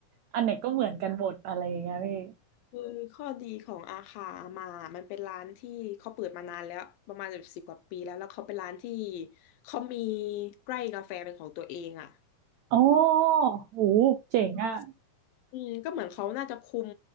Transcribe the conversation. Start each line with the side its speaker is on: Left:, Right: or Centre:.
Right: อันไหนก็เหมือนกันหมดอะไรอย่างเงี้ยพี่
Left: คือข้อดีของอาคามามันเป็นร้านที่เขาเปิดมานานแล้วประมาณสิบกว่าปีแล้วแล้วเขาเป็นร้านที่เขามีไร่กาแฟเป็นของตัวเองอ่ะ
Right: โอ้โหเจ๋งอ่ะ
Left: อืมอืมก็เหมือนเขาน่าจะคุม